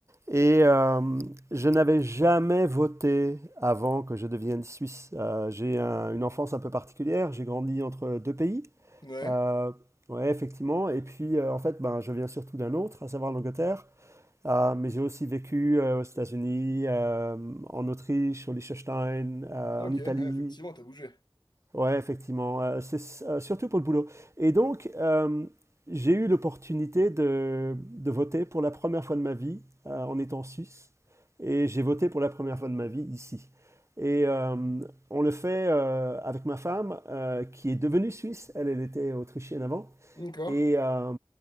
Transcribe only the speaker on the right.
Et euh, je n'avais jamais voté avant que je devienne suisse. Euh, j'ai un- une enfance un peu particulière, j'ai grandi entre deux pays.
Euh, ouais, effectivement. Et puis, euh, en fait, ben, je viens surtout d'un autre, à savoir l'Angleterre. Euh, mais j'ai aussi vécu euh, aux États-Unis, euh, en Autriche, au Liechtenstein, euh,
en Italie.
Ouais, effectivement, euh, c'est s- euh, surtout pour le boulot. Et donc, euh, j'ai eu l'opportunité de, de voter pour la première fois de ma vie euh, en étant suisse. Et j'ai voté pour la première fois de ma vie ici. Et euh, on le fait euh, avec ma femme, euh, qui est devenue suisse. Elle, elle était autrichienne avant.
Et, euh,